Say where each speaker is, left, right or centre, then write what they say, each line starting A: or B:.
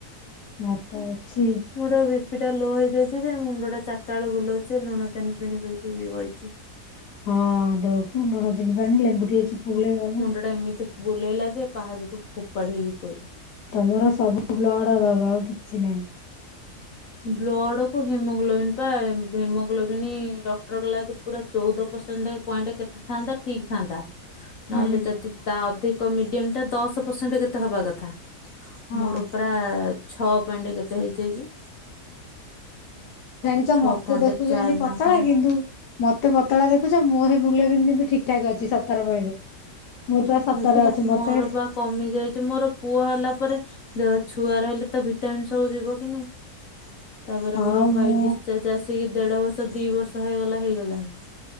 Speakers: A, on the left; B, on the left.
A: ଭାତ ଅଛି।
B: ମୋର ବିପିଟା ଲୋ ହେଇଯାଇଚି ଯେ ମୁଣ୍ଡ ଟା ଚାର୍ଟା ବେଳୁ ବୁଲଉଚି ଲୁଣ ଚାନି ପାଣି ପିକି ବଇଚି।
A: ହଁ ର ଲୁଣ ଚିନି ପାଣି ଲେମ୍ବୁ ଟିକେ ଚିପୁଡିଲେ ଭଲ।
B: ହେଟା ଏମିତି ବୁଲେଇଲା ଯେ ପାହାଚରୁୁ ଫୋପାଡି ହେଇକି ପଇଲି।
A: ତମର ସବୁ ବ୍ଲଡ଼ ଅଭାବ ଆଉ କିଛି ନାହିଁ।
B: ବ୍ଲଡ କୁ ହିମୋଗ୍ଲୋବିନ୍ ପା ହେମୋଗ୍ଲୋବିନି ଡକ୍ଟର କଲା ଯଦି ପୁରା ଚଉଦ ପରସେଣ୍ଟ ପଏଣ୍ଟ କେତେ ଥାନ୍ତା ଠିକ ଥାନ୍ତା। ନହେଲେ
A: ହୁଁ
B: ଯଦି ତା ଅଧିକ ମିଡିୟମ ଟା ଦଶ ପରସେଣ୍ଟ କେତେ ହବା କଥା।
A: ହଁ
B: ମୋର ପରା ଛଅ ପଏଣ୍ଟ କେତେ ହେଇଯାଇଚି।
A: ଜାଣିଚ
B: ଛଅ
A: ମତେ
B: ପଏଣ୍ଟ
A: ଦେଖୁଚ
B: ଚାରି
A: ଏମତି ପତଳା
B: ନା କଣ।
A: କିନ୍ତୁ ମତେ ପତଳା ଦେଖୁଛ ମୋ ହେମୋଗ୍ଲୋବିନ୍ କିନ୍ତୁ ଠିକ ଠାକ ଅଛି ସତର ପଏଣ୍ଟ। ମୋର ପା ସତର
B: ଦେଖିଲ
A: ଅଛି ମତେ
B: ମୋର ବା କମି ଯାଇଛି ମୋର ପୁଅ ହେଲା ପରେ ଛୁଆ ରହିଲେ ତ ଭିଟାମିିନ ସବୁ ଯିବ କି ନାଇ। ତାପରେ
A: ହଁ
B: ମୋର
A: ମୁଁ
B: ହ୍ୱାଇଟ ଡିସଚାର୍ଜ ଆସିକି ଦେଢ ବର୍ଷ ଦି ବର୍ଷ ହେଇଗଲା ହେଇଗଲାଣି।